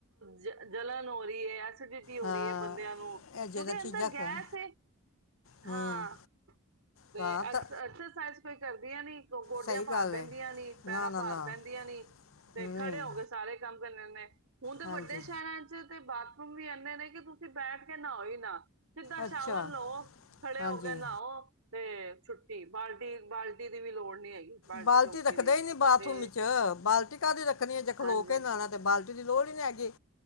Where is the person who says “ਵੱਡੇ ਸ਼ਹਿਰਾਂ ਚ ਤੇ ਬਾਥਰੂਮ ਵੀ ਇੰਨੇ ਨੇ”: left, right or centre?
Right